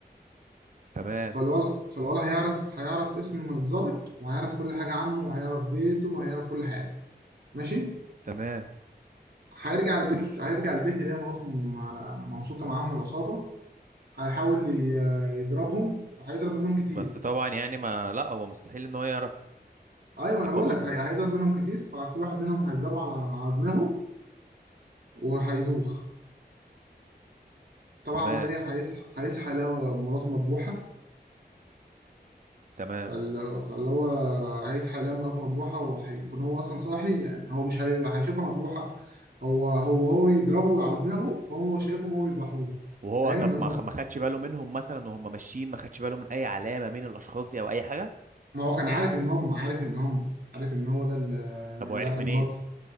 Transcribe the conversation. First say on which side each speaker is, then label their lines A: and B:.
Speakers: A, on the right (about 50°); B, on the right (about 65°).
A: تمام
B: فالولد فالولد هيعرف هيعرف اسم الظابط وهيعرف كل حاجة عنه وهيعرف بيته وهيعرف كل حاجة ماشي
A: تمام
B: هيرجع البيت هيرجع البيت يلاقي مراته م- ممسوكة معاهم من العصابة هيحاول ي- يضربهم فهيضرب منهم كتير
A: بس طبعا يعني ما لا هو مستحيل ان هو يعرف
B: ايوه ما
A: يقومهم
B: انا بقول لك هي- هيضرب منهم كتير ففي واحد منهم هيضربه على على دماغه وهيدوخ طبعا
A: تمام
B: بقى ايه هيصحى هيصحى يلاقي مراته مذبوحة
A: تمام
B: فال- فاللي هو عايز حاليا مراته مذبوحة وهيكون هو أصلا صاحي يعني هو مش هي- هيشوفها مذبوحة هو هو هو يضربه على دماغه فهو شايفهم هو يذبحوه
A: وهو
B: فاهم
A: طب
B: إن هم
A: ما خ- ما خدش باله منهم مثلا وهم ماشيين ما خدش باله من اي علامة مين الاشخاص دي او اي حاجة
B: ما هو كان عارف إن هم عارف إن هم عارف إن هو ده ال-
A: طب هو
B: اللي
A: عرف
B: قتل
A: منين
B: مراته